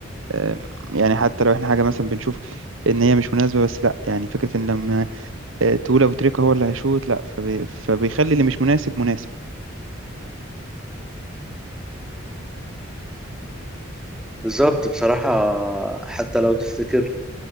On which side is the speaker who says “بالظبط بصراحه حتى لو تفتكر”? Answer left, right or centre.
Centre